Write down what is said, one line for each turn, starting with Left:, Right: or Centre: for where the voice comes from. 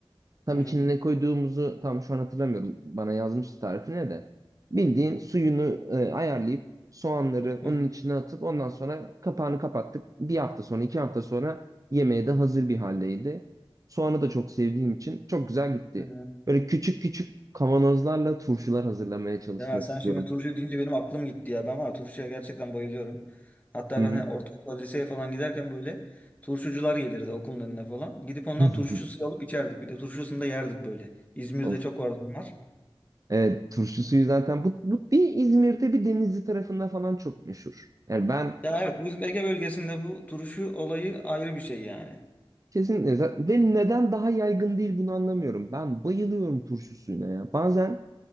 Right: Tam
Left: Hı
Right: içine
Left: hı.
Right: ne koyduğumuzu tam şu an hatırlamıyorum. Bana yazmıştı tarifine de. Bildiğin suyunu e, ayarlayıp soğanları
Left: Hı
Right: onun
Left: hı.
Right: içine atıp ondan sonra kapağını kapattık. Bir hafta sonra, iki hafta sonra yemeğe de hazır bir haldeydi. Soğanı da çok sevdiğim için çok güzel gitti.
Left: Hı
Right: Böyle küçük küçük kavanozlarla turşular hazırlamaya çalışmak
Left: Ya sen
Right: istiyorum.
Left: şimdi turşu deyince benim aklım gitti ya. Ben var ya turşuya gerçekten bayılıyorum. Hatta
Right: Hı
Left: ben
Right: hı.
Left: hani ortaokul, liseye falan giderken böyle turşucular gelirdi okulun önüne falan. Gidip ondan
Right: <laughs>
Left: turşu suyu alıp içerdik. Bir de turşusunu da yerdik böyle. İzmir'de
Right: Of.
Left: çok vardı bunlar.
Right: Evet, turşu suyu zaten bu, bu bir İzmir'de bir Denizli tarafında falan çok meşhur. Yani ben
Left: Ya evet bizim Ege bölgesinde bu turşu olayı ayrı bir şey yani.
Right: Kesinlikle. Za- Ve neden daha yaygın değil bunu anlamıyorum. Ben bayılıyorum turşu suyuna ya. Bazen